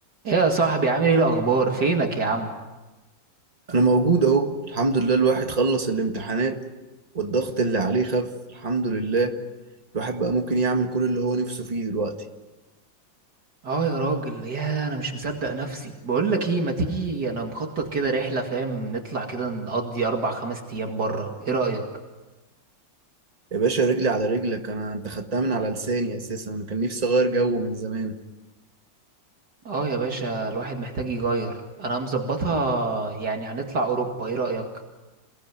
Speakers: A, on the right; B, on the right.
A: ايه يا صاحبي عامل ايه الاخبار فينك يا عم
B: انا موجود اهو الحمد لله الواحد خلص الامتحانات والضغط اللي عليه خف الحمد لله الواحد بقى ممكن يعمل كل اللي هو نفسه فيه دلوقتي
A: اه يا راجل يا انا مش مصدق نفسي بقول لك ايه ما تيجي انا مخطط كده رحله فاهم نطلع كده نقضي اربع خمس ايام بره ايه رايك
B: يا باشا رجلي على رجلك انا انت خدتها من على لساني اساسا انا كان نفسي اغير جو من زمان
A: اه يا باشا الواحد محتاج يغير انا مظبطها يعني هنطلع اوروبا ايه رايك